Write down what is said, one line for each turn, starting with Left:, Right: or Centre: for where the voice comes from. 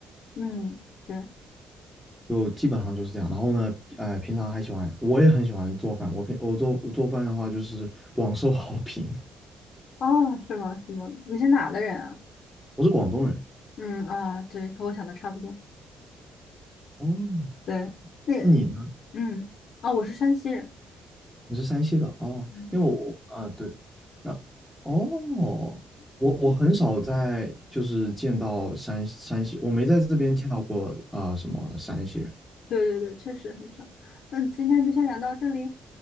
Left: 嗯，对，
Centre: 就基本上就是这样。然后呢，呃，平常还喜欢，我也很喜欢做饭，我平我做我做饭的话就是广受好评，
Left: 哦，是吗？是吗？你是哪的人啊？
Centre: <laughs> 我是广东人。
Left: 嗯啊，对，和我想的差不多。
Centre: 哦，
Left: 对，那
Centre: 那你呢？
Left: 嗯，哦，我是山西人。
Centre: 你是山西的哦，
Left: 嗯，
Centre: 因为我啊对，那哦，我我很少在就是见到山山西，我没在这边见到过啊、什么山西人。
Left: 对对对，确实很少。那今天就先聊到这里。